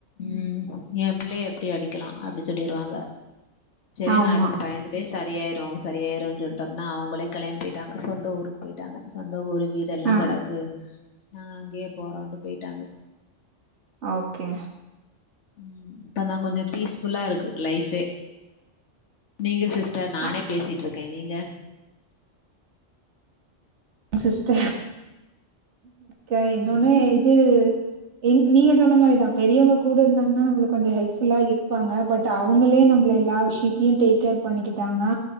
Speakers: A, on the left; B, on the right.
A: ம் எ பிள்ளைய எப்டி அடிகலா அப்டி சொல்லிருவாங்க செரியா
B: ஆமா.
A: நா அதுக்கு பயந்துட்டே சரியாய்ரு சரியாய்ருன் சொல்டோம்னா அவுங்களே கெளபி போய்டாங்க சொந்த ஊருக்கு போய்டாங்க சொந்த ஊருக் வீடெல்லா
B: ஆ.
A: கடக்கு நாங்க அங்யே போறோன்டு போய்டாங்க
B: ஓக்கே
A: ம் இப்பதா கொஞ்சோ பீஸ்ஃபுல்லாருக்கு லைஃபே நீங்க சிஸ்டர் நானே
B: அ
A: பேசிட்ருக் கே நீங்க
B: சிஸ்டர் க இன்னோனு
A: ம்
B: இது ங் நீங்க சொன்ன மாரிதா பெரியவங்க கூட இருந்தாங்னா நம்ளுக் கொஞ்சோ ஹெல்ப்ஃபுல்லா இருப்பாங்க பட் அவங்களே நம்பள எல்லா விஷயத்தியு டக்கேர் பண்ணிகிட்டாங்கனா